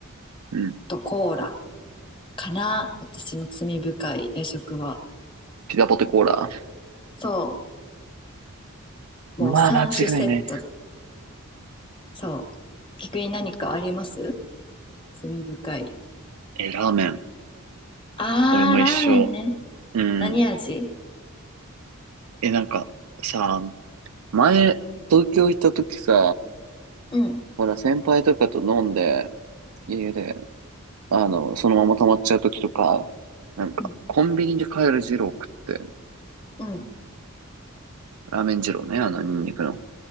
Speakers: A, on the right; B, on the left.
A: うん。
B: とコーラかな。私の罪深い夜食は。
A: ピザポテコーラ。
B: そ
A: まあ、
B: う。もう3種セット。
A: 間違いないね。
B: そう。逆に何かあります罪深い。
A: えー、ラーメン。
B: あー、
A: 俺も一緒。
B: ラーメンね。
A: うん。
B: 何味
A: え、なんか、さ、前、東京行った時さ、
B: うん
A: ほら、先輩とかと飲んで、家で、あの、そのまま溜まっちゃう時とか、なんか、
B: うん、
A: コンビニで買える二郎食って、
B: うん、
A: ラーメン二郎ね、あの、ニンニクの。